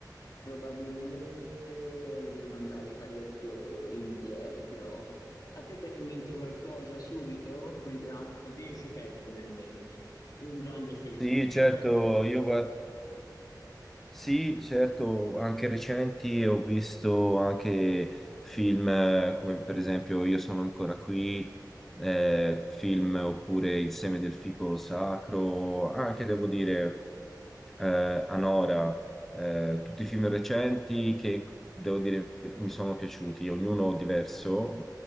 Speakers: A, on the left; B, in the centre.
A: Probabilmente devo andare parecchio indietro. A te viene in mente qualcosa subito? Mentre ah, così io ci penso nel mente. Ad un grande film.
B: Sì,
A: <laughs>
B: certo, io guardo. Sì, certo, anche recenti ho visto anche film eh, come per esempio Io sono ancora qui, eh, film oppure Il seme del fico sacro, anche devo dire eh, Anora, eh, tutti i film recenti che devo dire mi sono piaciuti, ognuno diverso.